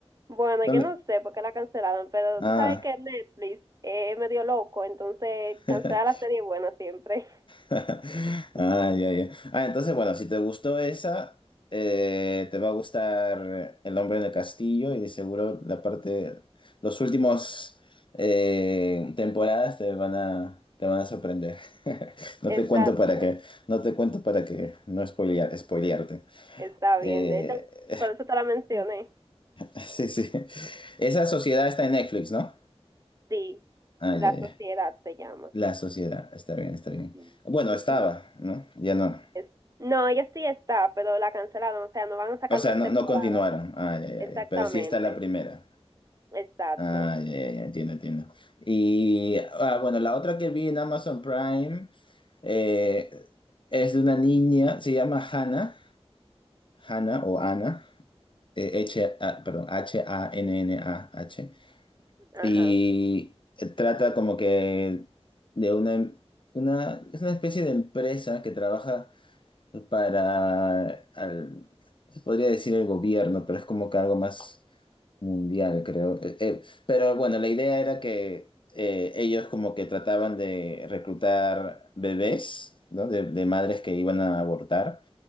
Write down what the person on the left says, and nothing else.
No
le-
ah.
<laughs>
<laughs> Ah,
ya, ya. Ah, entonces, bueno, si te gustó esa, eh, te va a gustar El hombre en el castillo y de seguro la parte, los últimos eh, temporadas te van a, te van a sorprender. <laughs> No
te cuento para que, no te cuento para que no spoilear, spoilearte.
Eh,
<laughs> sí, sí. Esa sociedad está en Netflix, ¿no?
Ah,
ya, ya.
La sociedad, está bien, está bien.
Bueno,
estaba, ¿no? Ya no.
O sea,
no,
no continuaron. Ah, ya, ya,
ya. Pero sí está la primera.
Ah, ya, ya, ya, entiendo, entiendo. Y ah, bueno, la otra que vi en Amazon Prime eh, es de una niña, se llama Hannah, Hannah o Ana, eh, H, A perdón, H-A-N-N-A-H.
Y trata como que de una, em- una, es una especie de empresa que trabaja para, al- se podría decir el gobierno, pero es como que algo más Mundial, creo. Eh, eh, pero bueno, la idea era que eh, ellos como que trataban de reclutar bebés, ¿no? De, de madres que iban a abortar